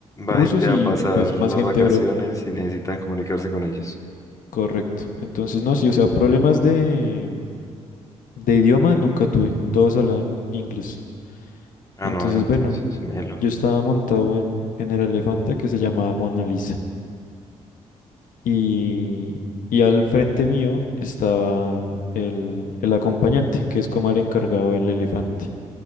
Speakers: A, on the left; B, on the left.
A: Va
B: rusos
A: gente
B: y
A: a pasar
B: pues
A: las
B: más gente
A: vacaciones
B: de Europa.
A: y necesitan comunicarse con ellos.
B: Correcto. Entonces, no, sí, o sea, problemas de, de idioma nunca tuve. Todos hablan inglés.
A: Ah,
B: Entonces,
A: no, entonces,
B: bueno,
A: melo.
B: yo estaba montado en, en el elefante que se llamaba Mona Lisa. Y, y al frente mío estaba el, el acompañante, que es como el encargado del elefante.